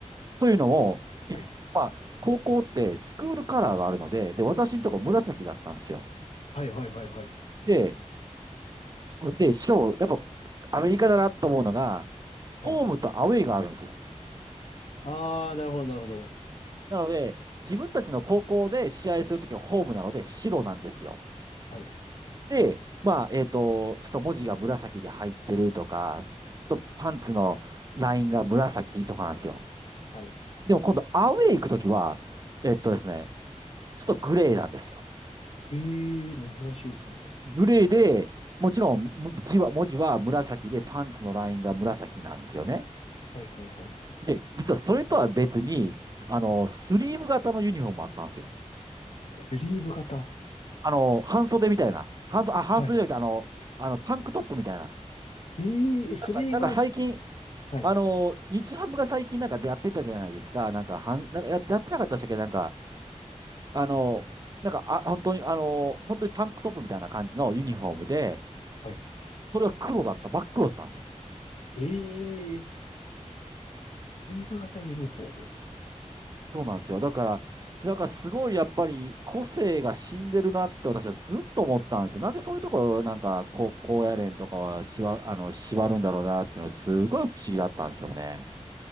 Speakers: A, on the right; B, on the left.
A: というのも、
B: うはい、
A: えまあ、高校ってスクールカラーがあるので、で、私のとこ紫だったんですよ。
B: はいはいはいはい。
A: で、で、しかもやっぱアメリカだなと思うのが、
B: はい。
A: ホームとアウェイがあるんですよ。
B: あー、なるほどなるほど。
A: なので、自分たちの高校で試合するときはホームなので白なんですよ。
B: はい、
A: で、まあ、えっと、ちょっと文字が紫で入ってるとか、ちょっとパンツのラインが紫とかなんですよ。
B: はい。
A: でも今度アウェイ行くときは、えっとですね、ちょっとグレーなんですよ。
B: ええ珍しいですね。
A: グレーで、もちろん文字は、文字は紫でパンツのラインが紫なんですよね。
B: はいはいはいはい。
A: で、実はそれとは別に、あの、スリーブ型のユニフォームもあったんですよ。
B: スリーブ型。
A: あの、半袖みたいな。半袖、あ、半袖じゃなくて、
B: はい。
A: あの、あの、タンクトップみたいな。
B: ええそれはし、
A: なんか、なんか最近、
B: はい、
A: あの、日ハムが最近なんかやってたじゃないですか。なんか、はん、なんかや、やってなかったでしたっけなんか、あの、なんか、あ、本当に、あの、本当にタンクトップみたいな感じのユニフォームで、
B: はい。
A: それは黒だった、真っ黒だったんですよ。
B: ええリーフ型ユニフォーム。
A: そうなんですよ。だから、なんかすごいやっぱり個性が死んでるなって私はずっと思ってたんですよ。なんでそういうところなんかこう、高野連とかはしわ、あの、縛るんだろうなっていうのはすごい不思議だったんですよね。